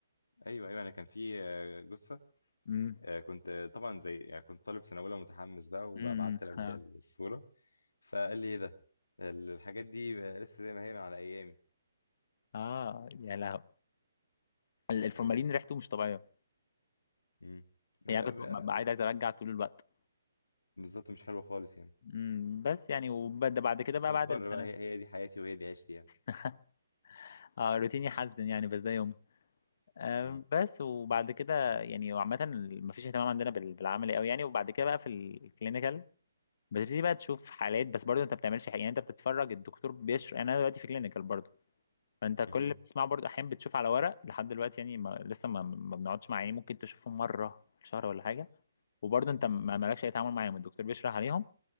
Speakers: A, on the left (about 75°); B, on the left (about 50°).
A: ايوه ايوه انا كان في آه، جثه
B: امم
A: آه، كنت آه، طبعا زي يعني كنت طالب سنه اولى متحمس بقى وبعت
B: امم
A: لابويا
B: اه
A: الصوره فقال لي ايه ده الحاجات دي لسه زي ما هي من على ايامي
B: آه، يا لهو ال-
A: انت
B: الفورمالين
A: فاهمني
B: ريحته مش طبيعيه
A: مم. لا
B: يعني كنت
A: ب-
B: ببقى عايز عايز ارجع طول الوقت
A: بالظبط مش حلوة خالص يعني
B: امم بس يعني وبعد بعد
A: بس
B: كده
A: انت
B: بقى
A: مضطر
B: بعد السنه
A: بقى هي هي دي حياتي وهي دي عيشتي يعني
B: <laughs> اه روتيني حزن يعني بس ده يوم آه،
A: مم.
B: بس وبعد كده يعني عامة مفيش اهتمام عندنا بال- بالعملي قوي يعني وبعد كده بقى في الكلينيكال بتبتدي بقى تشوف حالات بس برضه انت بتعملش حاجة يعني انت بتتفرج الدكتور بيشرح يعني انا دلوقتي في كلينيكال برضه فانت كل
A: مهم.
B: اللي بتسمعه برضه احيانا بتشوف على ورق لحد دلوقتي يعني ما لسه ما, ما بنقعدش مع يعني ممكن تشوفهم مرة في الشهر ولا حاجة وبرضه انت ما
A: مهم.
B: مالكش اي تعامل معاهم الدكتور بيشرح عليهم